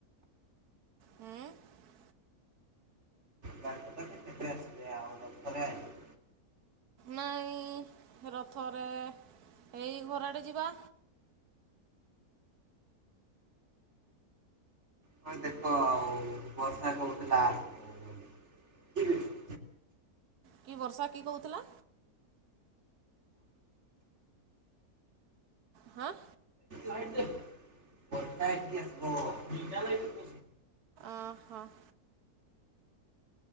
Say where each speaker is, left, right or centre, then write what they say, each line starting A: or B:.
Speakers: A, on the right (about 90°); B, on the right (about 50°).
A: ହଁ <unintelligible>
B: ବାରକତା ତ କେତେ ଆସିଲେ ଆଉ <unintelligible> ମପରେ <unintelligible>
A: ନାଇଁ, ରଥରେ ଏଇ ଘର ଆଡ଼େ ଯିବା।
B: ହଁ ଦେଖ ଆଉ ବର୍ଷା କହୁଥିଲା ଆ <unintelligible>
A: କି ବର୍ଷା? କିଏ କହୁଥିଲା? ହଁ <unintelligible>
B: ଲଟ <unintelligible> ପଥାକ ଆସ <unintelligible>
A: ଓହୋ <unintelligible>